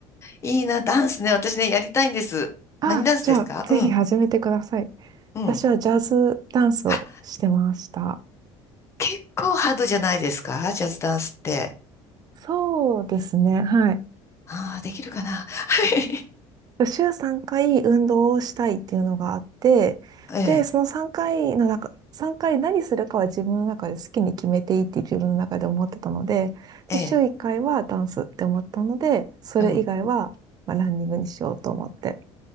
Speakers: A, on the left (about 25°); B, on the right (about 35°).
A: いいな、ダンスね。私ね、やりたいんです。
B: あ、
A: 何ダンスですかうん。
B: じゃあ、ぜひ始めてください。
A: うん。
B: 私はジャズダンスをしてました。
A: あ、結構ハードじゃないですかジャズダンスって。
B: そうですね。はい。
A: ああ、できるかな。<laughs> はい
B: 週3回運動をしたいっていうのがあって、
A: ええ、
B: で、その3回の中、3回何するかは自分の中で好きに決めていいって自分の中で思ってたので、
A: ええ、
B: で、週1回はダンスって思ったので、それ以外は、
A: うん。
B: まあ、ランニングにしようと思って、